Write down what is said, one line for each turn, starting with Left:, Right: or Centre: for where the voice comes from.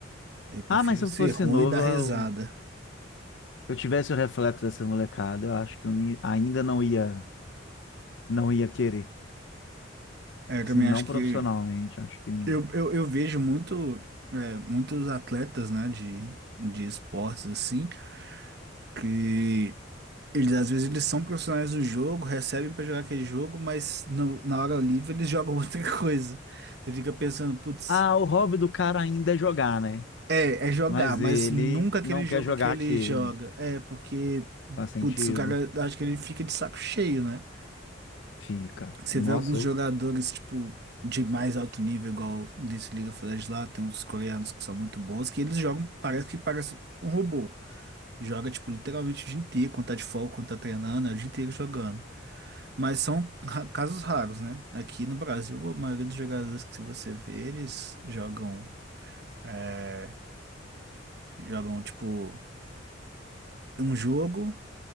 Right: Eu prefiro
Left: Ah, mas se eu
Right: ser
Left: fosse
Right: ruim
Left: novo,
Right: e dar
Left: eu,
Right: risada.
Left: eu tivesse o reflexo dessa molecada, eu acho que eu não ia- ainda não ia, não ia querer.
Right: É, Eu
Left: Assim,
Right: também
Left: não
Right: acho que
Left: profissionalmente, acho que não.
Right: eu, eu, eu vejo muito, é, muitos atletas, né, de, de esportes assim, que eles às vezes eles são profissionais do jogo, recebem pra jogar aquele jogo, mas no- na hora livre eles jogam <laughs> outra coisa. Você fica pensando, putz,
Left: Ah, o hobby do cara ainda é jogar, né?
Right: é, é jogar,
Left: Mas
Right: mas
Left: ele
Right: nunca aquele
Left: não
Right: jogo
Left: quer jogar
Right: que ele
Left: aquele.
Right: joga. É, porque
Left: Faz sentido.
Right: Putz, o cara acho que ele fica de saco cheio, né?
Left: Fica.
Right: Você
Left: Nossa,
Right: vê alguns
Left: eu.
Right: jogadores, tipo, de mais alto nível, igual desse League of Legends lá, tem uns coreanos que são muito bons, que eles jogam, parece que parece um robô. Joga, tipo, literalmente o dia inteiro, quando tá de folga, quando tá treinando, é o dia inteiro jogando. Mas são ra- casos raros, né? Aqui no Brasil, a maioria dos jogadores que você vê, eles jogam, é, jogam, tipo, um jogo.